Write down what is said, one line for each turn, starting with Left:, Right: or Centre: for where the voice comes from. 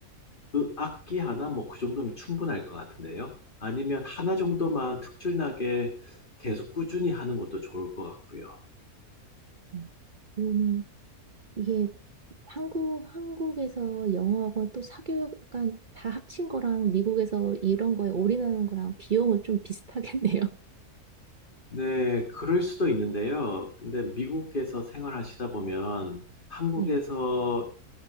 Left: 으- 악기 하나, 뭐, 그 정도면 충분할 것 같은데요. 아니면 하나 정도만 특출나게 계속 꾸준히 하는 것도 좋을 것 같고요.
Right: 음, 그러면 이게 한국, 한국에서 영어하고 또 사교육 약간 다 합친 거랑 미국에서 이런 거에 올인하는 거랑 비용은 좀 비슷하겠네요. <laughs>
Left: 네, 그럴 수도 있는데요. 근데 미국에서 생활하시다 보면 네. 한국에서
Right: 네.